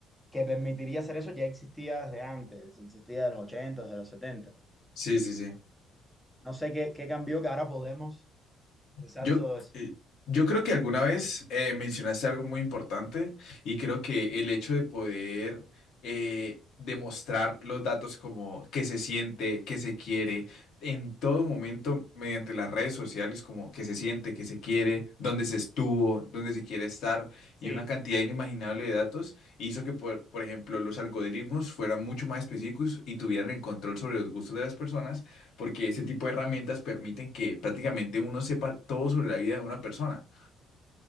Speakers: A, in the centre; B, on the left (about 70°).
A: que permitiría hacer eso ya existía desde antes, existía de los 80, de los setenta
B: Sí, sí, sí.
A: No sé qué, qué cambió que ahora podemos. Exacto,
B: Yo,
A: es-
B: eh, yo creo que alguna vez eh, mencionaste algo muy importante y creo que el hecho de poder eh, demostrar los datos como que se siente, que se quiere, en todo momento mediante las redes sociales, como que se siente, que se quiere, dónde se estuvo, dónde se quiere estar
A: sí.
B: y una cantidad inimaginable de datos hizo que, por, por ejemplo, los algoritmos fueran mucho más específicos y tuvieran el control sobre los gustos de las personas porque ese tipo de herramientas permiten que prácticamente uno sepa todo sobre la vida de una persona.